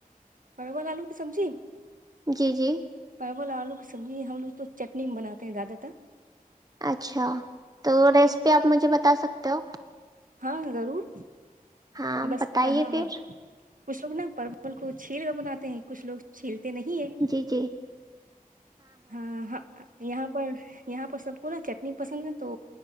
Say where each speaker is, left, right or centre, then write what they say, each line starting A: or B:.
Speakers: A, on the right; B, on the right.
A: پرول آلو کی سبزی
B: جی جی
A: پرول آلو سبزی ہم لوگ تو چٹنی بناتے ہیں دیاادہ ت
B: اچھا تو ریسپی آپ مجھے بتا سکتے تو
A: ہاں ضرور
B: ہاں
A: بس
B: بتائیے
A: ہاں
B: پھر
A: کچھ لوگ نا پرمل کو چھیل کر بناتے ہیں کچھ لوگ چھیلتے نہیں ہے
B: جی جی
A: ہاں ہ یہاں پر یہاں پر سب کو نا چٹنی پسند ہے تو